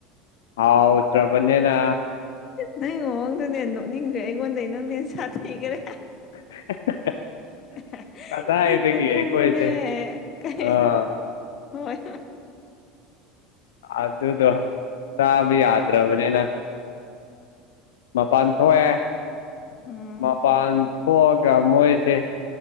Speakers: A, on the left; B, on the left.
A: ꯍꯥꯎꯇ꯭ꯔꯕꯅꯦꯅꯥ
B: ꯅꯪꯒꯤ ꯃꯑꯣꯡ ꯗꯅꯦ ꯅꯣꯛꯅꯤꯡꯈ꯭ꯔꯦ ꯑꯩꯉꯣꯟꯗꯩ ꯅꯪꯅꯦ ꯁꯥꯊꯤꯈꯔꯦ
A: <inaudible>
B: ꯍꯥꯑꯥ
A: ꯀꯗꯥꯏꯗꯒꯤ
B: ꯈ꯭ꯔ ꯈꯔꯈꯨꯝꯃꯨꯅꯦ
A: ꯑꯩꯈꯣꯏꯁꯦ
B: ꯍꯦ
A: ꯑꯥ
B: ꯍꯣꯏ
A: ꯑꯗꯨꯗꯣ ꯇꯥꯕ ꯌꯥꯗ꯭ꯔꯕꯅꯤꯅ ꯃꯄꯥꯟ ꯊꯣꯛꯑꯦ
B: ꯎꯝ
A: ꯃꯄꯥꯟ ꯍꯣꯛꯑꯒ ꯃꯣꯏꯁꯦ